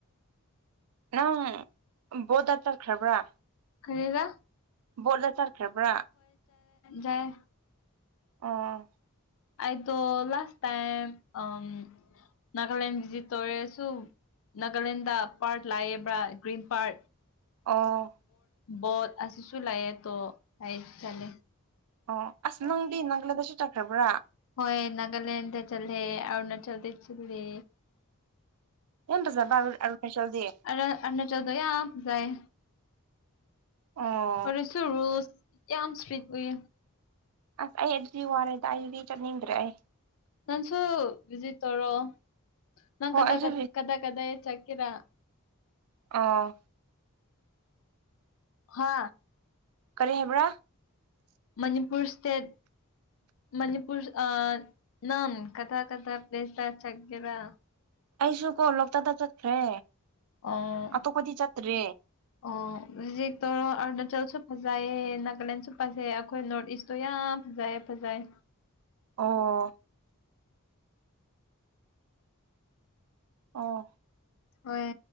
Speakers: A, on the right; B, on the left.
A: ꯅꯪ ꯕꯣꯔꯗꯇ ꯆꯠꯈ꯭ꯔꯕ꯭ꯔ
B: ꯀꯔꯤꯔꯥ
A: ꯕꯣꯠꯌ ꯆꯠꯈ꯭ꯔꯕ
B: ꯖꯥꯏ
A: ꯑꯣ
B: ꯑꯥꯏꯗꯣ ꯂꯥꯁ ꯇꯥꯏꯝ ꯑꯝ ꯅꯥꯒꯥꯂꯦꯟ ꯚꯤꯖꯤꯠꯇꯣꯔꯦꯁꯨ ꯅꯥꯒꯥꯂꯦꯟꯗ ꯄꯥꯔꯠꯛ ꯂꯩꯌꯦꯑꯕ ꯒ꯭ꯔꯤꯟ ꯄꯥꯔꯛ
A: ꯑꯣ
B: ꯕꯣꯠ ꯑꯁꯤꯁꯨ ꯂꯩꯌꯦꯇꯣ ꯍꯥꯏ ꯇꯣ
A: ꯑꯣ ꯑꯁ
B: <unintelligible>
A: ꯅꯪꯗꯤ ꯅꯥꯒꯥꯂꯦꯟꯗꯁꯨ ꯆꯠꯈ꯭ꯔꯕ꯭ꯔꯥ
B: ꯍꯣꯏ ꯅꯥꯒꯥꯂꯦꯟꯗ ꯆꯠꯂꯦ ꯑꯔꯨꯅꯥꯆꯜꯗ ꯆꯠꯂꯦ
A: ꯌꯥꯝ ꯐꯖꯕ ꯑꯔꯨꯅꯥꯆꯜꯗꯤ
B: ꯑꯔꯨ ꯑꯔꯨꯅꯥꯆꯜꯗꯣ ꯌꯥꯝ ꯐꯖꯩ
A: ꯑꯣ
B: ꯍꯧꯖꯤꯛꯁꯨ ꯔꯨꯜꯁ ꯌꯥꯝ ꯁ꯭ꯇꯤꯛ ꯑꯣꯏꯌꯦ
A: ꯑꯁ ꯑꯩ ꯑꯗꯨꯗꯤ ꯋꯥꯔꯦꯗ ꯑꯩꯗꯤ ꯆꯠꯅꯤꯡꯗ꯭ꯔꯦ ꯑꯩ
B: ꯅꯟꯁꯨ ꯚꯤꯖꯤꯠ ꯇꯧꯔꯑꯣ ꯅꯪ
A: ꯍꯣꯏ
B: ꯀꯗꯥꯏ
A: ꯑꯩꯁꯨ
B: ꯀ ꯀꯗꯥꯏ ꯀꯗꯥꯏ ꯆꯠ ꯀꯦꯗ
A: ꯑꯣ
B: ꯍꯥ
A: ꯀꯔꯤ ꯍꯥꯏꯕ꯭ꯔ
B: ꯃꯅꯤꯄꯨꯔ ꯁꯇꯦꯠ ꯃꯅꯤꯄꯨꯔ ꯑꯥ ꯅꯪ ꯀꯗꯥ ꯀꯗꯥ ꯄ꯭ꯂꯦꯁꯇ ꯆꯠꯀꯦꯔ
A: ꯑꯩꯁꯨ ꯀꯣ ꯂꯣꯛꯇꯥꯛꯇ ꯆꯠꯈ꯭ꯔꯦ
B: ꯑꯣ
A: ꯑꯇꯣꯞꯄꯗꯤ ꯆꯠꯇ꯭ꯔꯦ
B: ꯑꯣ ꯚꯤꯖꯤꯠ ꯇꯣꯔꯣ ꯑꯔꯨꯅꯆꯜ ꯁꯨ ꯐꯖꯩꯌꯦ ꯅꯥꯒꯥꯂꯦꯟꯁꯨ ꯐꯖꯩ ꯑꯩꯈꯣꯏ ꯅꯣꯔꯠ ꯏꯁꯇꯣ ꯌꯥꯝ ꯐꯖꯩꯌꯦ ꯐꯖꯩ
A: ꯑꯣ ꯑꯣ
B: ꯍꯣꯏ